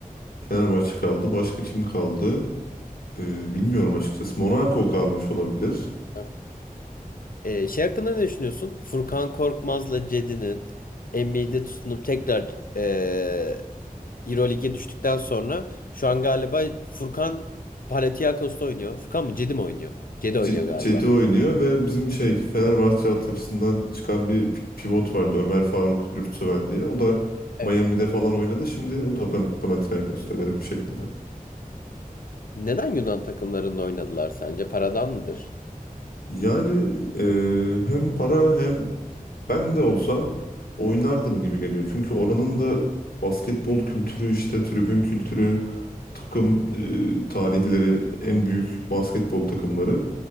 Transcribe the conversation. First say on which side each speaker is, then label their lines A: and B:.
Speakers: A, on the left (about 85°); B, on the left (about 70°).
A: Fenerbahçe kaldı. Başka kim kaldı? Ee, bilmiyorum açıkçası. Monaco kalmış olabilir.
B: Evet. Ee, şey hakkında ne düşünüyorsun? Furkan Korkmaz'la Cedi'nin NBA'de tutunup tekrar ee, Euroleague'e düştükten sonra şu an galiba Furkan Panathinaikos'ta oynuyor. Furkan mı? Cedi mi oynuyor? Cedi
A: C-
B: oynuyor galiba.
A: Cedi oynuyor ve bizim şey Fenerbahçe altyapısından çıkan bir pi- pivot vardı Ömer Faruk Yurtseven diye. O da
B: Evet.
A: Miami'de falan oynadı. Şimdi o da Pan- Panathinaikos'ta garip bir şekilde.
B: Neden Yunan takımlarında oynadılar sence? Paradan mıdır?
A: Yani e, hem para hem Ben de olsam oynardım gibi geliyor. Çünkü oranın da basketbol kültürü işte tribün kültürü, takım e, tarihleri, en büyük basketbol takımları